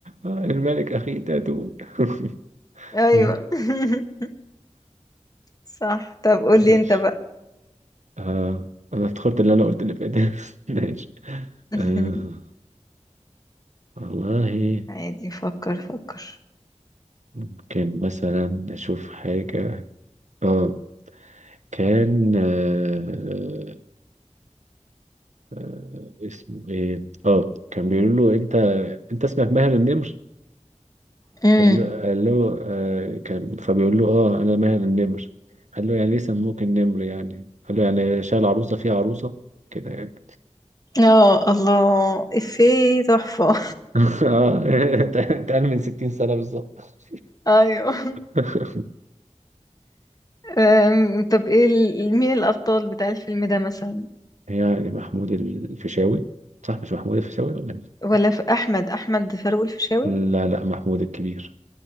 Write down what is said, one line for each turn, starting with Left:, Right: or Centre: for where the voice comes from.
Right: آه، الملك اخي تاتو <laughs>
Left: ايوه
Right: مم.
Left: <laughs> صح طب قولي
Right: ماشي
Left: انت بقى
Right: آه انا افتكرت اللي انا قلت اللي فات <laughs> ماشي
Left: <laughs>
Right: آه والله
Left: عادي فكر فكر
Right: ممكن مثلا نشوف حاجة اه كان آه آه اسمه ايه اه كان بيقول له انت انت اسمك ماهر النمر
Left: امم
Right: قال له قال له آه كان فبيقول له اه انا ماهر النمر قال له يعني ليه سموك النمر يعني قال له يعني شال عروسه في عروسه كده يعني
Left: اه الله افيه تحفة
Right: <laughs> اه <laughs> اتقال من 60 سنه بالظبط
Left: <laughs> ايوه
Right: <laughs>
Left: أم، طب ايه ال- مين الأبطال بتاع الفيلم ده مثلا
Right: يعني محمود الفيشاوي صح مش محمود الفيشاوي ولا مين؟
Left: ولا في أحمد أحمد فاروق الفيشاوي
Right: لا لا محمود الكبير